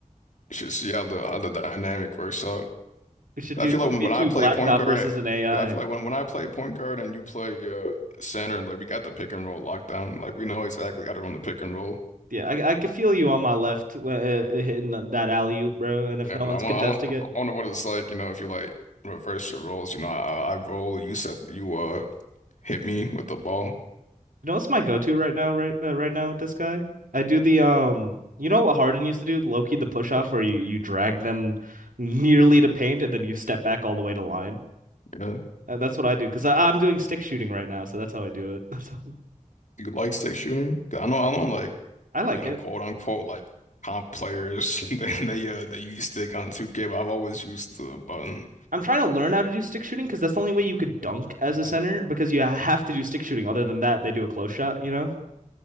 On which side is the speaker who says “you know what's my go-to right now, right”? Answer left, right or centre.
Right